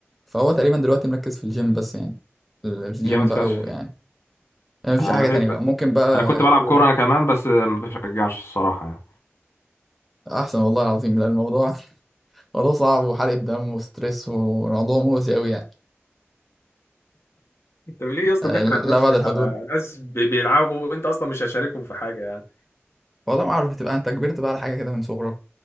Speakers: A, in the centre; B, on the left.
A: فهو تقريبا دلوقتي مركز في الجيم بس يعني الجيم
B: جامد
A: بقى
B: فشخ
A: ويعني يعني يعني مفيش
B: على
A: أي حاجة
B: فكره
A: تانية بقى ممكن بقى
B: انا كنت بلعب
A: كورة
B: كوره انا كمان بس ما بشجعش الصراحه يعني
A: أحسن والله العظيم لا الموضوع <laughs> موضوع صعب وحرق دم وستريس وموضوع مؤذي أوي يعني
B: انت ليه يا اسطى
A: آه،
B: تحرق
A: لا
B: نفسك
A: بعد الحدود
B: على ناس بي- بيلعبوا وانت اصلا مش هشاركهم في حاجه يعني
A: والله ما أعرف بتبقى أنت كبرت بقى على حاجة كده من صغرك